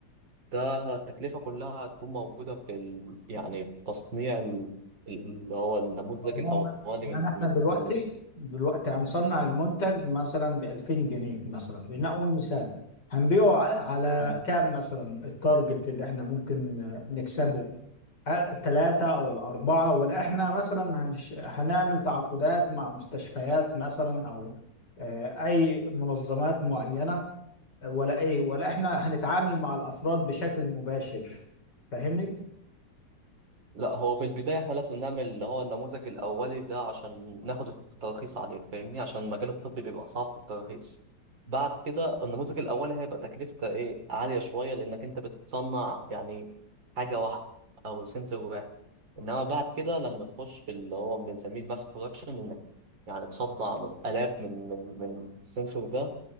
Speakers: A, on the right; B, on the left.
A: ده التكلفه كلها هتكون موجوده في ال... يعني تصنيع ال- اللي هو النموذج
B: هو
A: الاولي
B: م- يعني
A: من
B: احنا دلوقتي
A: من
B: دلوقتي هنصنع المنتج مثلا ب 2000 جنيه مثلا لنقول مثال هنبيعه ع- على
A: من
B: كام مثلا التارجت اللي احنا ممكن آه، نكسبه الثلاثة أو الأربعة ولا احنا مثلا هنش... هنعمل تعاقدات مع مستشفيات مثلا أو آه، أي منظمات معينة ولا إيه ولا احنا هنتعامل مع الأفراد بشكل مباشر فاهمني؟
A: لا هو في البداية احنا لازم نعمل اللي هو النموذج الأولي ده عشان ناخد الترخيص عليه فاهمني عشان المجال الطبي بيبقى صعب في الترخيص بعد كده النموذج الأولي هيبقى تكلفته ايه عالية شوية لأنك أنت بتصنع يعني حاجة واحدة أو سنسور واحد إنما بعد كده لما تخش في اللي هو بنسميه الماس برودكشن إنك يعني تصنع آلاف من من من السنسور ده